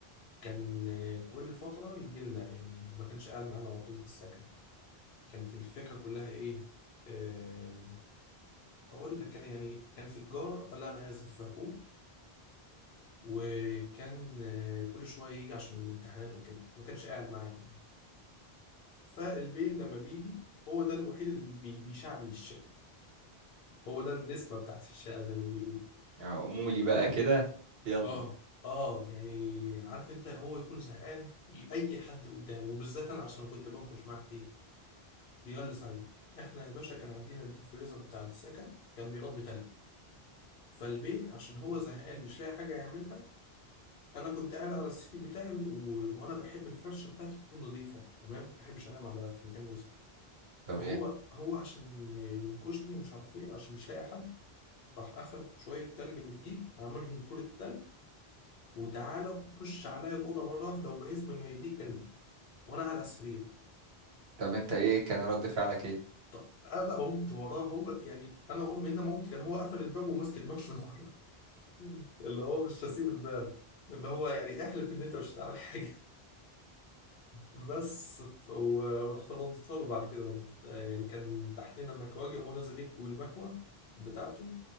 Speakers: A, on the left; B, on the right.
A: كان آه، كل فترة يجي لنا يعني ما كانش قاعد معانا على طول في السكن كانت الفكرة كلها إيه آه، اقول لك انا يعني كان في تجاره لا انا اسف في حقوق وكان آه، كل شويه يجي عشان الامتحانات وكده ما كانش قاعد معانا يعني فالبي لما بيجي هو ده الوحيد اللي بي- بي- بيشعل الشقه هو ده النسبه بتاعت الشقه زي ما بيقولوا
B: يعني أمولي بقى كده يلا
A: اه اه يعني عارف انت هو يكون زهقان ي- اي حد قدامه وبالذات انا عشان كنت بنكش معاه كتير يغلس عليه احنا يا باشا كان عندنا الديب فريزر بتاع السكن كان بيربي تلج فالبي عشان هو زهقان مش لاقي حاجه يعملها انا كنت قاعد على السرير بتاعي و... وانا بحب الفرشه بتاعتي تكون نظيفه تمام ما بحبش انام على في مكان وسخ
B: طب
A: فهو
B: ايه
A: هو عشان ينكشني ومش عارف ايه وعشان مش لاقي حد راح اخد شويه تلج من الديب عملهم كوره تلج وتعالى خش عليا الاوضه مره واحده وبعزم ما يديك ارمي وانا على السرير
B: طب انت ايه كان رد فعلك ايه
A: طب انا قمت وراه هو يعني انا قمت من ما قمت كان هو قفل الباب وماسك الباب من ورا <laughs> اللي هو مش هسيب الباب اللي هو يعني احلف ان انت مش هتعمل حاجه بس ف- و- ورحت رديتها له بعد كده برضه آه، يعني كان تحتنا المكواجي وهو نازل يكوي المكوى بتاعته